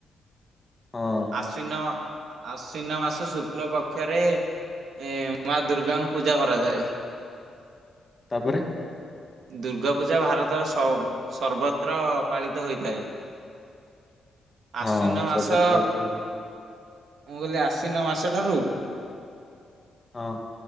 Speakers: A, on the left; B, on the right.
A: ହଁ
B: ଆଶ୍ୱିନ ଆଶ୍ୱିନ ମାସ ଶୁକ୍ଳ ପକ୍ଷରେ ଏ ମା ଦୁର୍ଗାଙ୍କୁ ପୂଜା କରାଯାଏ।
A: ତାପରେ
B: ଦୁର୍ଗା ପୂଜା ଭାରତର ସର୍ବତ୍ର ପାଳିତ ହୋଇଥାଏ। ଆଶ୍ୱିନ
A: ହଁ
B: ମାସ
A: ସର୍ବତ ପାଳିତ ହୋଇଥାଏ।
B: ମୁଁ କହିଲି ଆଶିିନ ମାସ ଠାରୁ
A: ହଁ।